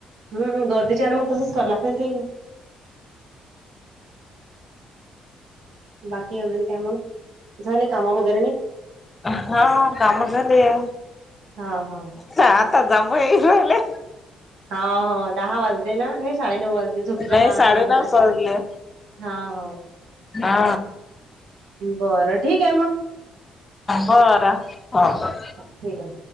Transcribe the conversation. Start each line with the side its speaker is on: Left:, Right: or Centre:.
Right: हम्म हम्म, गर्दीच्या आणि मग तसच कराय लागत ना ते. बाकी अजून काय मग, झाले कामं वगैरे नि?
Left: हा कामं झालीय.
Right: हा हा
Left: ह आता जांभइ येऊ राहिले.
Right: हा, हो दहा वाजले ना नाही साडे नऊ वाजले, झोपी
Left: नाही
Right: जाता
Left: साडेनऊ
Right: टाईम झाला असेल.
Left: वाजले
Right: हाव
Left: हा
Right: बरं ठीक आहे मग.
Left: बरं हो.
Right: ठीकय.